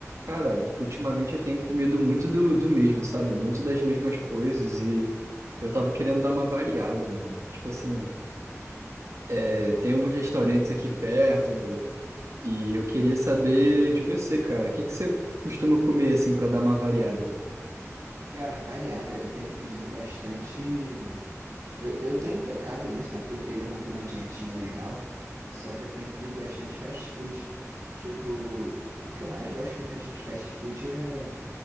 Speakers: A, on the right (about 60°); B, on the right (about 80°).
A: Cara, ultimamente eu tenho comido muito do, do mesmo, sabe? Muito das mesmas coisas e eu tava querendo dar uma variada, mano. Tipo assim, é, tem alguns restaurantes aqui perto e eu queria saber de você, cara. O que que você costuma comer, assim, pra dar uma variada?
B: Cara, variada. Eu tenho pedido bastante. Eu, eu tenho um pecado nisso, né? Porque eu queria manter uma dietinha legal. Só que eu tenho pedido bastante fast food. Tipo, o que eu mais gosto de pedir de fast food é,